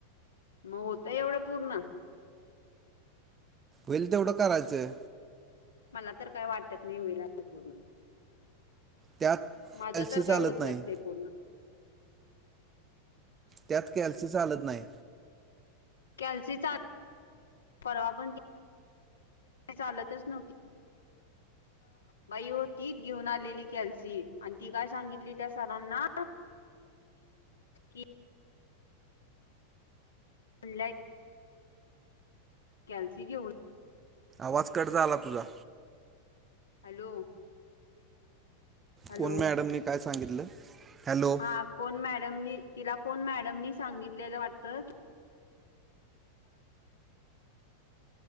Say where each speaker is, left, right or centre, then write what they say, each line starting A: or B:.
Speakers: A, on the left; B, on the right.
A: मग होत एवढं पूर्ण.
B: होईल तेवढं करायचं.
A: मला तर काही वाटत नाही होईल असं पूर्ण.
B: त्यात
A: माझं
B: कॅल्सी
A: तर
B: चालत
A: काय होत
B: नाही
A: नसतय पूर्ण.
B: त्यात कॅल्सी चालत नाही.
A: कॅल्सी चा. परवा पणत चालतच नव्हती. बाई हो तीच घेऊन आलेली कॅल्सी आणि ती काय सांगितली त्या सरांना. कि मलाई कॅल्सी घीऊन.
B: आवाज कट झाला तुझा.
A: हॅलो! हॅलो
B: कोण मॅडमने काय सांगितलं. हॅलो
A: हा कोण मॅडमनी तिला. कोण मॅडमनी सांगितलेलं वाटत.